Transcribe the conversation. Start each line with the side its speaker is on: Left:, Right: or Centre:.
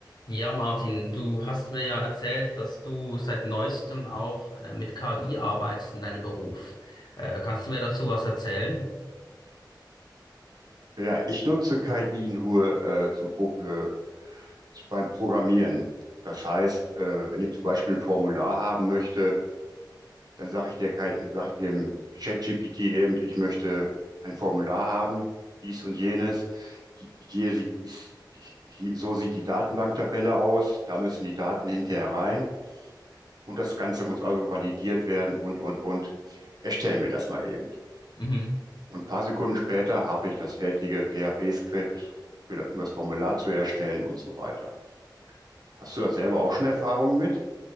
Left: Ja, Martin, du hast mir ja erzählt, dass du seit neuestem auch äh, mit KI arbeitest in deinem Beruf. Äh, kannst du mir dazu was erzählen?
Right: Ja, ich nutze KI nur äh, zum Pro äh, beim Programmieren. Das heißt, äh, wenn ich zum Beispiel ein Formular haben möchte, dann sage ich der KI, sage ich dem ChatGPT eben, ich möchte ein Formular haben, dies und jenes. Hi- Hier sieht, ist, hier, so sieht die Datenbanktabelle aus, da müssen die Daten hinterher rein und das Ganze muss also validiert werden und, und, und. Erstell mir das mal eben.
Left: Mhm.
Right: Und ein paar Sekunden später habe ich das fertige PHP-Skript, für- um das Formular zu erstellen und so weiter. Hast du da selber auch schon Erfahrungen mit?